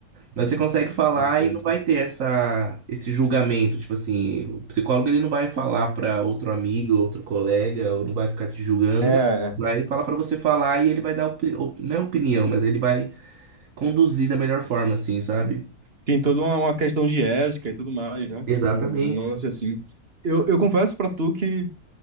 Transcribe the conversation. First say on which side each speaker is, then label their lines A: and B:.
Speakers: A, on the right; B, on the right.
A: mas você consegue falar
B: perfeito.
A: e não vai ter essa, esse julgamento. Tipo assim, o psicólogo ele não vai falar para outro amigo, outro colega, ou não vai ficar te julgando,
B: É,
A: não. Vai
B: é.
A: falar para você falar e ele vai dar, opi- op- não é opinião, mas ele vai conduzir da melhor forma, assim, sabe?
B: Tem toda uma, uma questão de ética e tudo mais, né?
A: Exatamente.
B: Tipo, não lance assim. Eu, eu confesso pra tu que